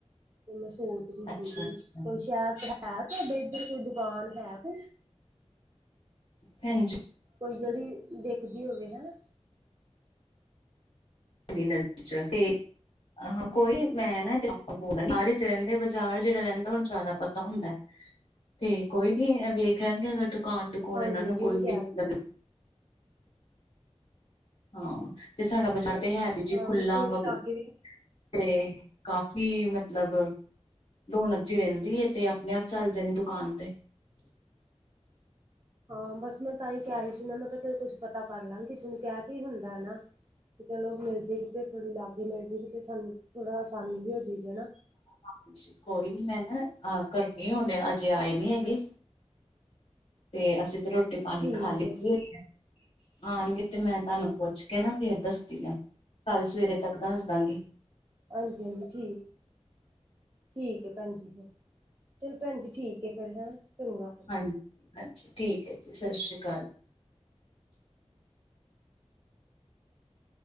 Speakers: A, on the right; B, on the left.
A: ਤੇ ਮੈਂ ਸੋਚਦੀ
B: ਅੱਛਾ-ਅੱਛਾ
A: ਸੀਗੀ ਕੋਈ ਸ਼ਹਿਰ ਹੈ ਤੁਹਾਡੇ ਇੱਧਰ ਕੋਈ ਦੁਕਾਨ ਹੈ ਕੋਈ
B: ਹਾਂਜੀ
A: ਕੋਈ ਜਿਹੜੀ ਦੇਖਦੀ ਹੋਵੇ ਹਨਾ
B: ਤੇਰੀ ਨਜ਼ਰ ਚ ਤੇ ਆਹਾਂ ਕੋਈ ਮੈਂ ਨਾ ਆਪ ਬੋਲ ਬਚ ਰਹਿੰਦੇ ਬਾਜ਼ਾਰ ਜਿਹੜਾ ਰਹਿੰਦਾ ਉਹਨੂੰ ਜ਼ਿਆਦਾ ਪਤਾ ਹੁੰਦਾ ਤੇ ਕੋਈ ਨੀ ਇਹ ਵੇਖ ਲੈਣਗੇ ਅਗਰ ਦੁਕਾਨ ਦੁਕੁਨ
A: ਹਾਂਜੀ
B: ਇਹਨਾਂ
A: ਹਾਂਜੀ
B: ਨੂੰ ਕੋਈ
A: ਇਹ ਕਹਿ
B: ਵੀ
A: ਰਹੀ
B: ਲੱਗਦੀ
A: ਸੀ
B: ਹਾਂ ਤੇ ਸਾਡਾ ਬਜ਼ਾਰ ਤੇ ਹੈ ਵੀ ਜੀ
A: ਹਾਂ
B: ਖੁਲਾ
A: ਬਸ ਥੋੜੀ
B: ਵਗਦਾ
A: ਲਾਗੇ ਵੀ
B: ਤੇ ਕਾਫੀ ਮਤਲਬ ਦੋਨਾਂ ਜੈ ਰਹਿੰਦੀ ਤੇ ਆਪਣੇ ਆਪ ਚੱਲ ਜਾਣੀ ਦੁਕਾਨ ਤੇ
A: ਹਾਂ ਬਸ ਮੈਂ ਤਾਂ ਹੀ ਕਹਿ ਰਹੀ ਸੀ ਨਾ ਮੈਂ ਕਿਹਾ ਕੁਛ ਪਤਾ ਕਰ ਲਾਂਗੀ ਕਿਸੇ ਨੂੰ ਕਹਿ ਕੀ ਹੁੰਦਾ ਹੈ ਨਾ ਤੇ ਚਲੋ ਮਿਲ ਜ ਕਿਤੇ ਥੋੜ੍ਹੀ ਲਾਗੇ ਮਿਲ ਜਏ ਕਿਤੇ ਸਾਨੂੰ ਥੋੜਾ ਆਸਾਨੀ ਵੀ ਹੋ ਜਾਏਗੀ ਆ
B: ਹਾਂਜੀ ਕੋਈ ਨੀ ਮੈਂ ਨਾ ਕਰਨੀ ਹੁਨ ਅਜੇ ਆਏ ਨੀ ਹੈਗੇ ਤੇ ਅਸੀਂ ਤੇ ਰੋਟੀ ਪਾਣੀ
A: ਠੀਕ
B: ਖਾ ਲਿੱਤੀ
A: ਹੈ
B: ਹੋਈ ਐ ਆਉਣਗੇ ਤੇ ਮੈਂ ਤੁਹਾਨੂੰ ਪੁੱਛ ਕੇ ਨਾ ਫੇਰ ਦੱਸਦੀ ਆ ਕੱਲ ਸਵੇਰੇ ਤੱਕ ਦੱਸ ਦਾਂਗੀ
A: ਹਾਂਜੀ ਹਾਂਜੀ ਠੀਕ ਠੀਕ ਹੈ ਭੈਣ ਜੀ ਫਿਰ ਚਲ ਭੈਣ ਜੀ ਠੀਕ ਹੈ ਫੇਿਰ ਹੈ ਚੰਗਾ ਫਿਰ
B: ਹਾਂਜੀ ਹਾਂਜੀ ਠੀਕ ਹੈ ਜੀ ਸਤਿ ਸ਼੍ਰੀ ਅਕਾਲ ਜੀ